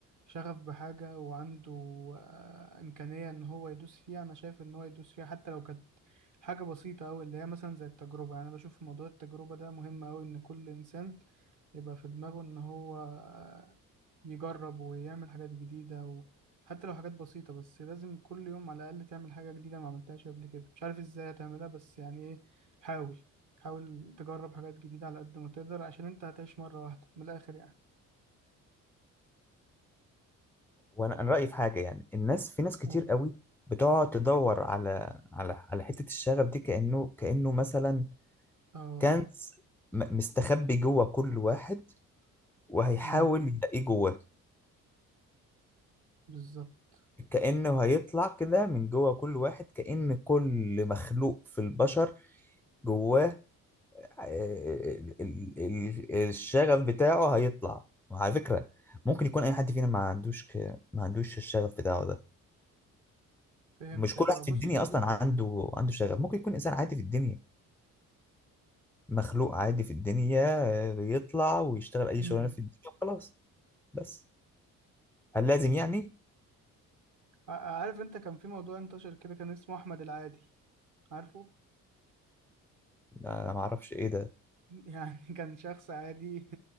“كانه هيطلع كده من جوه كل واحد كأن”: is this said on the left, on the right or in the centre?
Centre